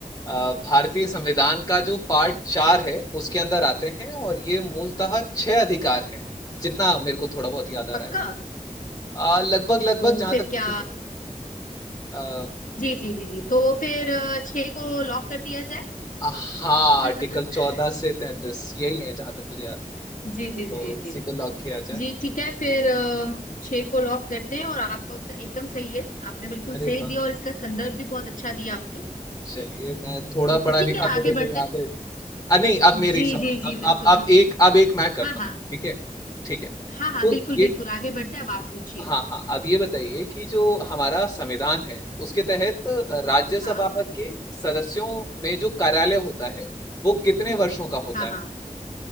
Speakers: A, on the left; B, on the left.
A: अ, भारतीय संविधान का जो पार्ट चार है उसके अंदर आते हैं और ये मूलतः छह अधिकार हैं जितना मेरे को थोड़ा बहुत याद आ
B: पक्का
A: रहा है अ, लगभग लगभग
B: तो
A: जहां
B: फिर
A: तक
B: क्या
A: मुझे पता अ,
B: जी जी जी जी तो फिर अ, छह को लॉक कर दिया
A: हाँ
B: जाए
A: आर्टिकल
B: <laughs>
A: चौदह से तैंतीस यही है जहां तक मुझे याद है
B: जी जी
A: तो
B: जी जी
A: इसी को लॉक किया जाए
B: जी ठीक है फिर अ, छह को लॉक करते हैं और आपका उत्तर एकदम सही है आपने बिल्कुल
A: अरे
B: सही
A: वाह
B: दिया और इसका संदर्भ भी बहुत अच्छा दिया आपने
A: चलिए मैं थोड़ा
B: तो
A: पढ़ा
B: फिर ठीक
A: लिखा
B: है
A: तो
B: आगे
A: देखो
B: बढ़ते
A: यहाँ
B: हैं
A: पे आ, नहीं अब मेरी
B: जी
A: सवाल
B: जी जी
A: अब
B: बिल्कुल
A: अब अब एक अब एक मैं करता
B: हाँ
A: हूँ
B: हाँ
A: ठीक है ठीक है
B: हाँ हाँ
A: तो
B: बिल्कुल
A: ये
B: बिल्कुल आगे बढ़ते हैं अब आप पूछिए
A: हाँ हाँ अब ये बताइए कि जो हमारा संविधान है उसके तहत राज्यसभा
B: हाँ
A: के सदस्यों में जो कार्यालय होता है वो कितने वर्षों का होता
B: हाँ
A: है
B: हाँ